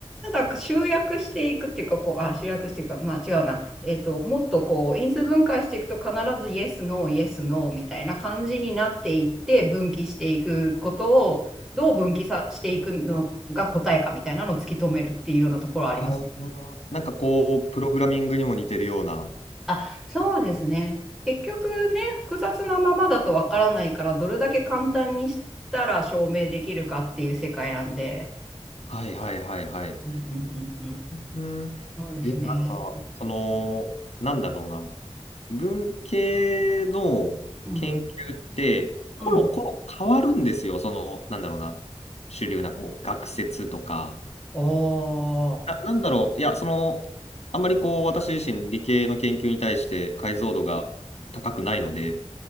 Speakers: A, in the centre; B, on the left.
A: なんか集約していくっていうか、こう、あ、集約していくか、まあ違うな。えっと、もっとこう、因数分解していくと必ずイエス、ノー、イエス、ノーみたいな感じになっていって分岐していくことを、どう分岐さしていくのが答えかみたいなのを突き止めるっていうようなところはありますね。
B: あ、ああ。なんかこう、プログラミングにも似てるような。
A: あ、そうですね。結局ね、複雑なままだとわからないから、どれだけ簡単にしたら証明できるかっていう世界なんで。
B: はいはいはいはい。
A: うんうんうんうん。
B: うん、
A: そうですね。
B: いや、なんか、その、なんだろうな。文系の研究ってコロコロ変わるんですよ。
A: うん。うん。
B: その、なんだろうな。主流なこう学説とか、
A: ああ、
B: あ、なんだろう。いや、その、あんまりこう、私自身理系の研究に対して解像度が高くないので、